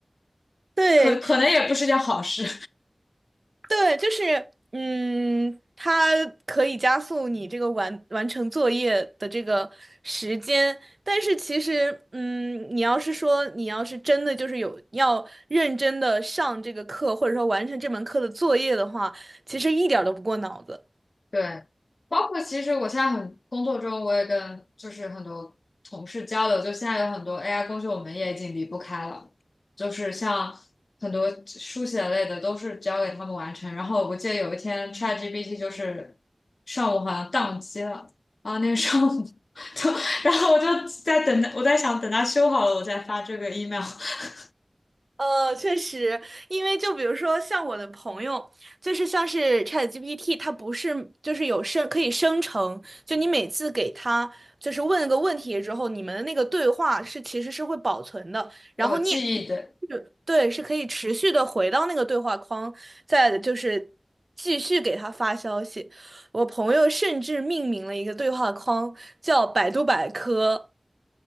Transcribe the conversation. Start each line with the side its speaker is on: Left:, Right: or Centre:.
Right: 对，
Left: 可可能也不是件好事。
Right: 对，就是，嗯，它可以加速你这个完完成作业的这个时间，但是其实，嗯，你要是说你要是真的就是有要认真的上这个课，或者说完成这门课的作业的话，其实一点儿都不过脑子。
Left: <laughs> 对，包括其实我现在很工作中，我也跟就是很多同事交流，就现在有很多 AI 工具，我们也已经离不开了，就是像很多书写类的都是交给他们完成。然后我记得有一天 ChatGPT 就是上午好像宕机了，啊，那个上午，<laughs> 然后我就在等它，我在想等它修好了我再发这个 email。
Right: 呃，确实，因为就比如说像我的朋友，就是像是 ChatGPT，它不是就是有生可以生成，就你每次给他就是问个问题之后，你们的那个对话是其实是会保存的，然后你也可以是对，
Left: 我记忆的
Right: 是可以持续的回到那个对话框，再就是继续给他发消息。我朋友甚至命名了一个对话框叫百度百科。